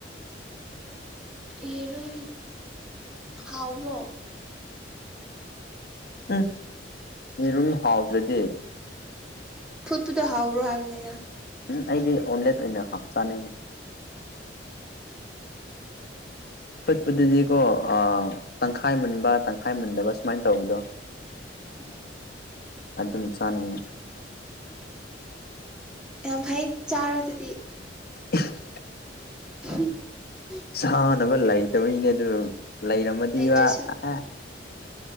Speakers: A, in the centre; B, on the left (about 55°).
A: ꯌꯦꯔꯨꯝ ꯍꯥꯎꯕ꯭ꯔꯣ
B: ꯎꯨꯝ ꯌꯦꯔꯨꯝ ꯍꯥꯎꯇ꯭ꯔꯗꯤ
A: ꯐꯨꯠꯄꯗꯣ ꯍꯥꯎꯕ꯭ꯔꯣ ꯍꯥꯏꯕꯅꯤꯗ
B: ꯎꯝ ꯑꯩꯗꯤ ꯑꯣꯝꯂꯦꯠ ꯑꯣꯏꯅ ꯍꯥꯞ ꯆꯥꯅꯤꯡꯉꯤ ꯐꯨꯠꯄꯗꯨꯗꯤꯀꯣ ꯑꯥ ꯇꯪꯈꯥꯏ ꯃꯨꯟꯕ ꯇꯪꯈꯥꯏ ꯃꯨꯟꯗꯕ ꯁꯨꯃꯥꯏꯟ ꯇꯧꯕꯗꯣ
A: ꯎꯝ
B: ꯑꯗꯨꯅ ꯆꯥꯅꯤꯡꯉꯦ
A: ꯌꯥꯝ ꯐꯩ ꯆꯥꯔꯣ ꯑꯗꯨꯗꯤ
B: <inaudible>
A: ꯍꯨꯝ ꯍꯥ
B: ꯆꯥꯟꯅꯕ ꯂꯩꯇꯕꯩꯅꯦ ꯑꯗꯨ ꯂꯩꯔꯝꯃꯗꯤꯕ
A: ꯂꯩꯇ꯭ꯔꯁꯨ
B: ꯑꯥ